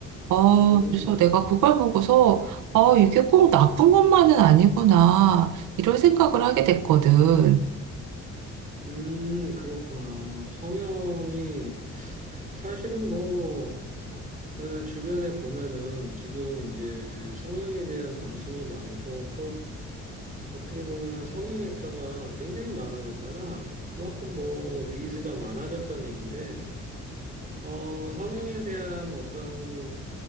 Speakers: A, on the right; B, on the right.
A: 어,
B: 음,
A: 그래서 내가 그걸 보고서, 어, 이게 꼭 나쁜 것만은 아니구나, 이런 생각을 하게 됐거든.
B: 음, 그렇구나. 성형이, 사실은 뭐, 네, 주변에 보면은 지금 이제 성형에 대한 관심이 많고 또 어떻게 보면은 성형외과가 굉장히 많아졌잖아. 이제 그만큼 뭐, 니즈가 많아졌다는 얘기인데, 어, 성형에 대한 어떤,